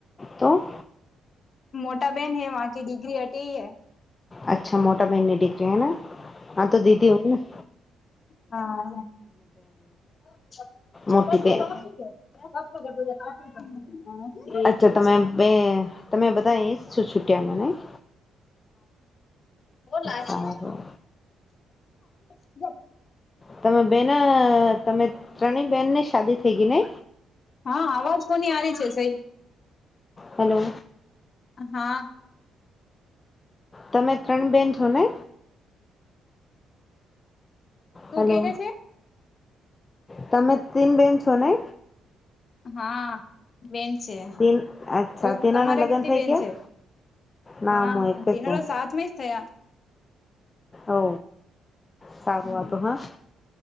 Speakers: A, on the left; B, on the left.
A: તો.
B: મોટા બહેન હૈ વહં કે ડિગ્રી હટી હૈ.
A: અચ્છા મોટા બહેન ની દીકરી હેના હા તો દીદી હો ને. <inaudible>
B: હા <inaudible>
A: મોટી બેન
B: <inaudible>
A: અચ્છા તમે બે તમે બધા એ અહીયાં જ છુટીયા મનાયી?
B: લારી
A: સારું
B: <inaudible>
A: તમે બેન તમે ત્રણેય બેન ને શાદી થઈ ગઈ ને
B: હા અવાજ કોની આારી છે સઈ?
A: હલો
B: હા
A: તમે ત્રણ બેન છો ને?
B: શું
A: હેલો
B: કેટે છે
A: તમે તીન બેન છો ને?
B: હા બેન છે
A: તીન અચ્છા
B: ઓ
A: તીનાના
B: તમારે
A: લગ્ન
B: કેટલી
A: થઈ
B: બેન
A: ગયા
B: છે?
A: ના
B: હા
A: હું એક જ
B: તેના
A: છું
B: તો સાત મે જ થયા
A: ઓ સારું
B: હમ
A: વા હત હા